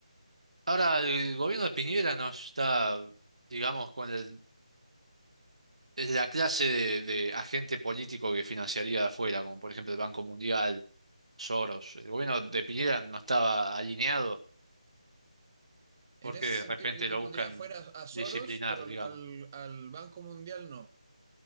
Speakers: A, on the right; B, on the right.
A: Ahora, el gobierno de Piñera no está, digamos, con el- es la clase de, de agente político que financiaría de afuera, como por ejemplo el Banco Mundial, Soros. El gobierno de Piñera no estaba alineado porque
B: En ese
A: de
B: sentido,
A: repente
B: yo
A: lo
B: te pondría
A: buscan
B: afuera a Soros,
A: disciplinar,
B: pero
A: digamos.
B: al, al- al Banco Mundial no,